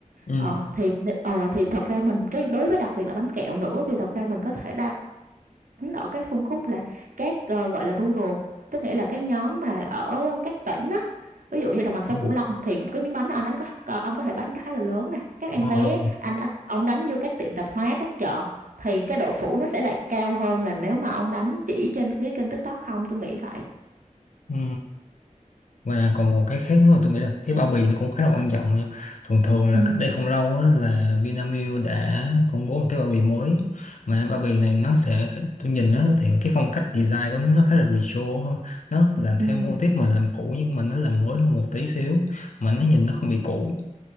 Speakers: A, on the left; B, on the right.
A: ừ
B: Ờ thì ờ thì thật ra mình cái đối với đặc biệt là bánh kẹo nữa thì thật ra mình có thể đánh ở cái phân khúc là các, ờ, gọi là, rural, tức nghĩa là cái nhóm mà ở các tỉnh á. Ví dụ như đồng bằng sông
A: Ừ.
B: Cửu Long thì cái miếng bánh đó anh đánh có ông có thể đánh khá là lớn nè, các
A: Ờ,
B: em bé anh đánh ông đánh vô các tiệm tạp hóa, các chợ thì cái độ phủ nó sẽ lại cao hơn là nếu mà ông đánh chỉ trên cái kênh TikTok không, tôi nghĩ vậy.
A: ừ. và còn một cái khác nữa mà tôi nghĩ là cái bao bì nó cũng khá là quan trọng nha. Thường thường
B: Ừm,
A: là cách đây không lâu á, là Vinamilk đã công bố một cái bao bì mới mà bao bì này nó sẽ tôi nhìn nó thì cái phong cách design của nó, nó khá là retro ha. nó làm theo
B: ừm,
A: mô típ mà làm cũ nhưng mà nó làm mới hơn một tí xíu mà nó nhìn nó không bị cũ